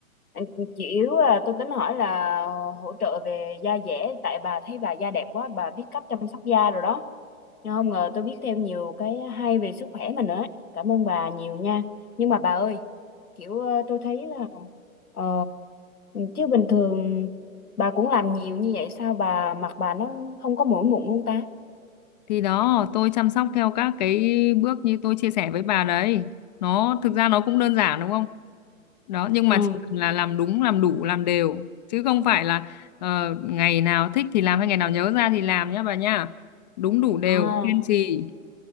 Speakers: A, on the left (about 85°); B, on the left (about 30°).
A: anh- chỉ yếu là tôi tính hỏi là hỗ trợ về da dẻ tại bà thấy bà da đẹp quá bà biết cách chăm sóc da rồi đó Nhưng không ngờ tôi biết thêm nhiều cái hay về sức khỏe mình nữa. ấy. Cảm ơn bà nhiều nha. Nhưng mà bà ơi, kiểu ờ, tôi thấy là ờ chứ bình thường bà cũng làm nhiều như vậy sao bà mặt bà nó không có mỗi mụn luôn ta?
B: thì đó tôi chăm sóc theo các cái bước như tôi chia sẻ với bà đấy nó thực ra nó cũng đơn giản đúng không đó nhưng
A: Ừ.
B: mà chỉ cần là làm đúng làm đủ làm đều chứ không phải là ờ, ngày nào thích thì làm hay ngày nào nhớ ra thì làm nhá bà nhá đúng đủ đều
A: À,
B: kiên trì